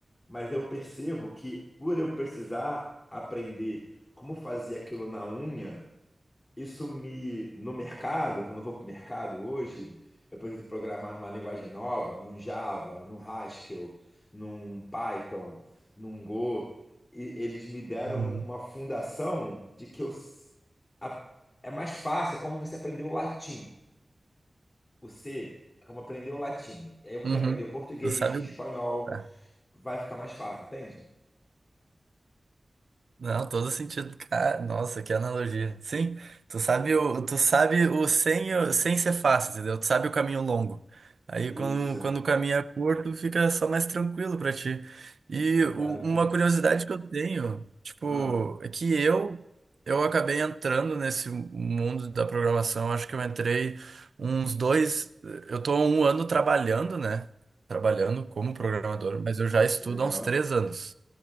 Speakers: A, on the left; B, on the right.
A: Mas eu percebo que por eu precisar aprender como fazer aquilo na unha isso me no mercado, quando eu vou para o mercado hoje, eu preciso programar numa linguagem nova, num Java, num Haskell, num Python, num Go, e eles me deram
B: Uhum.
A: uma fundação de que eu, s- a- é mais fácil, é como você aprendeu o latim. O C é como aprender o latim. E aí você
B: Uhum.
A: aprendeu o português,
B: Tu sabe.
A: o espanhol,
B: o- tá.
A: vai ficar mais fácil, entende?
B: Não, todo sentido. Cara, nossa, que analogia. Sim, tu sabe o, tu sabe o sem, o- sem ser fácil, entendeu? Tu sabe o caminho longo. Aí
A: Isso,
B: quando, quando o caminho é curto, fica só mais tranquilo pra ti. E
A: exato.
B: o- uma curiosidade que eu tenho, tipo,
A: Ah,
B: é que eu eu acabei entrando nesse mundo da programação, acho que eu entrei uns dois, eu tô há um ano trabalhando, né? Trabalhando como programador, mas eu já estudo
A: legal.
B: há uns três anos.